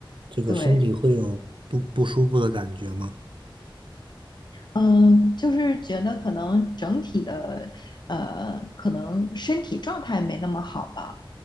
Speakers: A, on the right; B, on the left.
A: 这个身体会有不不舒服的感觉吗？
B: 对。嗯，就是觉得可能整体的，呃，可能身体状态没那么好吧。